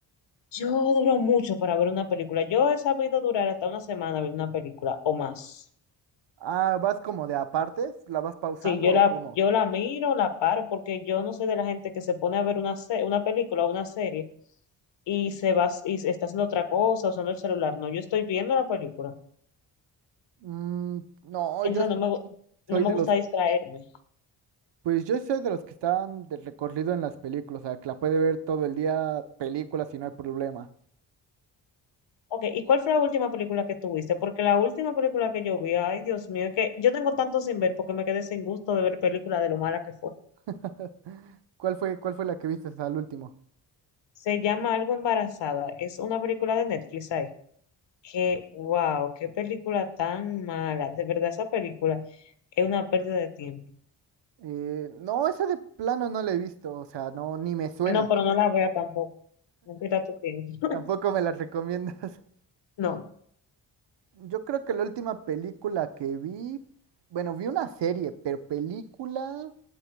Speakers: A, on the left (about 75°); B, on the right (about 70°).
A: Yo duro mucho para ver una película. Yo he sabido durar hasta una semana viendo una película o más.
B: Ah, ¿vas como de apartes? ¿La vas pausando
A: Sí, yo
B: o
A: la,
B: cómo?
A: yo la miro, la paro, porque yo no soy de la gente que se pone a ver una, se- una película o una serie y se va y se está haciendo otra cosa, usando el celular. No, yo estoy viendo la película.
B: Mm, no,
A: Entonces
B: yo
A: no me, gu- no
B: soy
A: me
B: de
A: gusta
B: los,
A: distraerme.
B: pues yo soy de los que están de recorrido en las películas, o sea, que la puede ver todo el día películas y no hay problema.
A: Ok, ¿y cuál fue la última película que tuviste? Porque la última película que yo vi, ay Dios mío, es que yo tengo tanto sin ver porque me quedé sin gusto de ver películas de lo mala que fue.
B: <laughs> ¿Cuál fue, cuál fue la que viste al último?
A: Se llama Algo Embarazada. Es una película de Netflix ahí. Que, wow, qué película tan mala. De verdad, esa película es una pérdida de tiempo.
B: Eh, no, esa de plano no la he visto, o sea, no, ni me suena.
A: No, pero no la vea tampoco. No pierdas tu tiempo. <laughs>
B: Tampoco me la recomiendas. <laughs>
A: No,
B: Yo creo que la última película que vi, bueno, vi una serie, pero película,